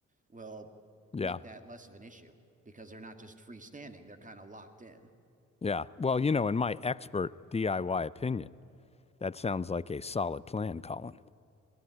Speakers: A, on the right (about 25°); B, on the left (about 20°).
A: will
B: Yeah.
A: make that less of an issue because they're not just freestanding, they're kind of locked in.
B: Yeah. Well, you know, in my expert DIY opinion, that sounds like a solid plan, Colin.